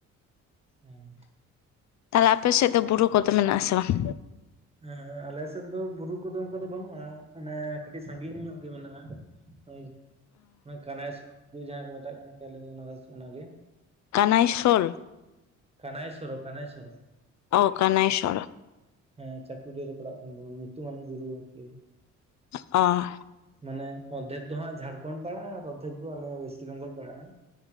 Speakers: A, on the right; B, on the left.
A: <inaudible>
B: ᱛᱟᱦᱚᱞᱮ ᱟᱯᱮ ᱥᱮᱜ ᱫᱚ ᱵᱩᱨᱩ ᱠᱚᱫᱚ ᱢᱮᱱᱟᱜ ᱟᱥᱮ ᱵᱟᱝ?
A: ᱦᱮᱸ ᱟᱞᱮ ᱥᱮᱫ ᱫᱚ ᱵᱩᱨᱩ ᱠᱚᱫᱚ ᱚᱱᱠᱟ ᱫᱚ ᱵᱟᱹᱱᱩᱜ-ᱟ ᱢᱟᱱᱮ ᱠᱟᱹᱴᱤᱡ ᱥᱟᱺᱜᱤᱧ ᱧᱚᱜ ᱜᱮ ᱢᱮᱱᱟᱜ-ᱟ᱾ ᱦᱳᱭ ᱚᱱᱟ ᱠᱟᱱᱟᱜ ᱥᱳ ᱛᱩ ᱡᱟᱦᱟᱸ ᱠᱚ ᱢᱮᱛᱟᱜ ᱠᱟᱱᱟ ᱠᱟᱞᱤ ᱵᱚᱜᱟ ᱦᱟᱣᱩᱥ ᱚᱱᱟᱜᱮ᱾
B: ᱠᱟᱱᱟᱭᱥᱳᱞ
A: ᱠᱟᱱᱟᱭᱥᱚᱨ ᱠᱟᱱᱟᱭᱥᱚᱨ᱾
B: ᱳ ᱠᱟᱱᱟᱭᱥᱚᱨᱟ᱾
A: ᱦᱮᱸ ᱪᱟᱹᱠᱩᱨᱤᱭᱟᱹ ᱨᱮ ᱯᱟᱲᱟᱜ ᱠᱟᱱ ᱛᱟᱵᱚᱱᱟ ᱧᱩᱛᱩᱢᱟᱱ ᱵᱩᱨᱩ ᱟᱨᱠᱤ᱾
B: ᱚᱦ᱾
A: ᱢᱟᱱᱮ ᱚᱨᱫᱷᱮᱠ ᱫᱚ ᱦᱟᱸᱜ ᱡᱷᱟᱲᱠᱷᱚᱱᱰ ᱯᱟᱲᱟᱜ-ᱟ ᱟᱨ ᱚᱨᱫᱷᱮᱠ ᱫᱚ ᱟᱞᱮ ᱚᱭᱮᱥᱴ ᱵᱮᱝᱜᱚᱞ ᱯᱟᱲᱟᱜ-ᱟ᱾